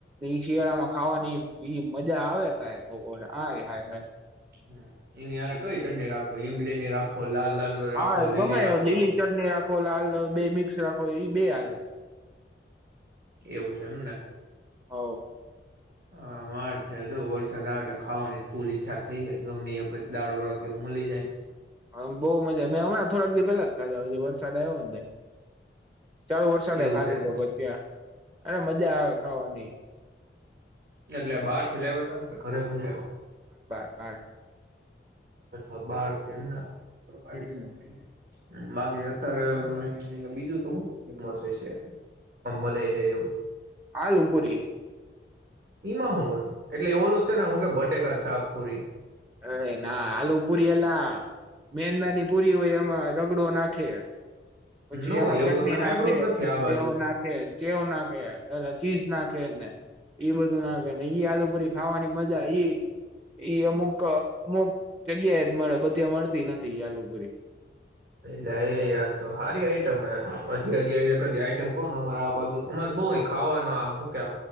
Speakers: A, on the right; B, on the right.
A: એ શિયાળા માં ખાવાની ઈ મજા આવે કય આય હાય હાય.
B: હમ્મ એનીયાર કઈ ચટણી રાખો ઈમલી ની રાખો લાલ લાલ રાખો
A: હા ગમે
B: લીલી રાખો
A: લીલી ચટણી રાખો લાલ બે મિક્સ રાખો એ બે હાલે.
B: એવું છે એમને.
A: હવ.
B: હા માર થ હતો વરસાદ આવે એટલે ખાવવા ની ફૂલ ઈચ્છા થઈ છે ગમે એ કઈક દાળ વોળ કેવું મલી જાય.
A: હમ બહુ મજા મેં હમણાં થોડાક દી પેહલા ખાદા <unintelligible> વરસાદ આવ્યો ને તે. ચાલુ વરસાદે
B: એવું
A: ખાધો
B: છે એમ.
A: તો ભજ્યાં. અરે મજા આવે ખાવાની.
B: એટલે બહાર થી લાવતા કે ઘરે બના્યા.
A: બારથી.
B: અચ્છા બારથી એમને. <unintelligible>
A: હમ
B: પીને બાકી અત્યારે બીજું તો હુ ફમસ હશે, આમ બજાઈ જાય એવું.
A: આલુપુરી.
B: એમાં શું હોય એટલે એ ઓલું હું કે બટેકા શાકપુરી.
A: અરે ના આલુ પુરી એલા મેંદાની પુરી હોય એમાં રગડો નાખે. પછી
B: નો
A: એમાં ચટણી
B: એવું તો મેં હાંભળ્યું
A: નાખે,
B: જ નથી આ
A: તેવ
B: બાજુ
A: નાખે, ચેવ નાખે, ચીઝ નાખે છે ને એ બધું નાખે ને ઈ આલુ પુરી ખાવાની મજા ઈ ઈ ક મુ જગ્યા એ જ મળે બધી મળતી નથી, આલુપુરી.
B: એલે એ આ તો સારી આઈટમ હે. હજી હજી એવી એક આઈટમ કોણ અમર આ બાજુ અમારે બઉ ખાવાનું આમ શું કેમ